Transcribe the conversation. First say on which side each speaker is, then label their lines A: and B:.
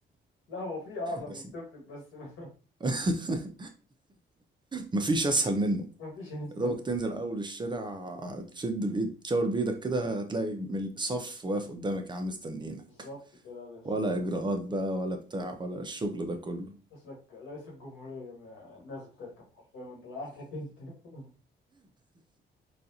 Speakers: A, on the left; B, on the right.
A: لا هو في اعظم
B: بس
A: من التوك توك بس <laughs> ما
B: <laughs> مفيش اسهل منه
A: ما فيش انسان
B: يا دوبك تنزل اول الشارع تشد بايد تشاور بايدك كده هتلاقي مل- صف واقف قدامك يا عم مستنيينك
A: بالظبط كده بس
B: ولا اجراءات بقى ولا بتاع ولا الشغل ده كله
A: اسمك رئيس الجمهورية م- نازل تركب حرفيا وانت رايح تركب <laughs>